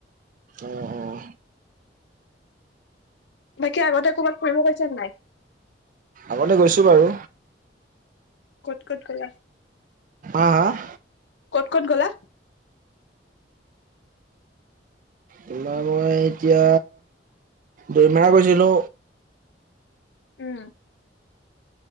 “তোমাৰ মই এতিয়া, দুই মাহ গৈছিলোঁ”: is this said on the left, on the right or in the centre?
Right